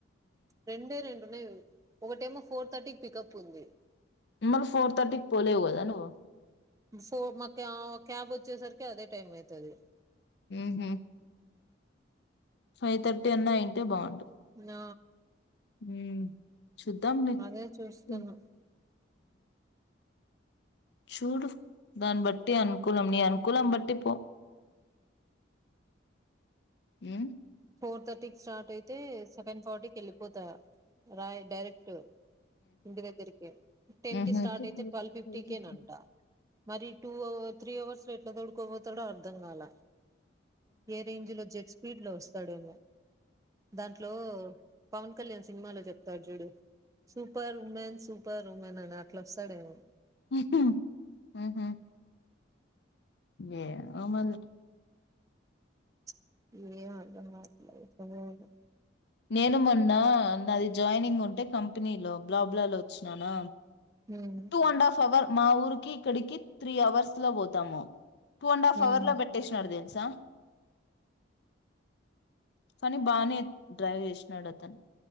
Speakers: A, on the right; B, on the left.
A: రెండే రెం అదే ఒక టైమొ ఫోర్ థర్టీ పికప్ ఉంది.
B: మరి ఫోర్ థర్టీకి పోలేవు నువ్వు?
A: ఫో మా క్యాబ్ వచ్చేసరికి అదే టైం అవుతుది.
B: ఊహ ఫైవ్ థర్టీ అన్నా అయింటే బాగుంటుంది.
A: ఆ
B: ఊ చూద్దాం లే
A: అదే చూస్తున్నా
B: ఊ చూడు దాన్ని బట్టి అనుకూలం, నీ అనుకూలం బట్టి పో. ఊ
A: ఫోర్ థర్టీకి స్టార్ట్ అయితే సెవెన్ ఫార్టీకి వెళ్ళిపోతా. రా డైరెక్ట్ ఇంటి దగ్గరికి టెన్
B: ఏమో
A: కి స్టార్ట్ అయితే ట్వెల్వ్ ఫిఫ్టీకేనంట
B: ఉమ్.
A: మరి టూ అవర్ త్రీ అవర్స్ లో ఎట్లా తోడుకోపోతాడో అర్థం కాల. ఏ రేంజ్ లో జెట్ స్పీడ్ లో వస్తుంది. డేమో దాంట్లో పవన్ కళ్యాణ్ సినిమాలో చెప్తాడు చూడు సూపర్ ఉమెన్ సూపర్ ఉమెన్ అని. అట్లా వస్తాడేమొ
B: ఉహు ఊహ ఏ అమలు
A: ఏమొ అ <unintelligible>
B: నేను మొన్న నాది జాయినింగ్ ఉంటే కంపెనీలో బ్లాబ్లాలో వచ్చిననా.
A: హ్మ్
B: టూ అండ్ హాఫ్ అవర్ మా ఊరికి, ఇక్కడికి త్రీ అవర్స్ లో పోతాము. టూ అండ్ అఫ్
A: హ్మ్
B: అవర్ లో పెట్టేసినడు దేని సా కానీ బానే డ్రైవ్ చేసినాడు అతను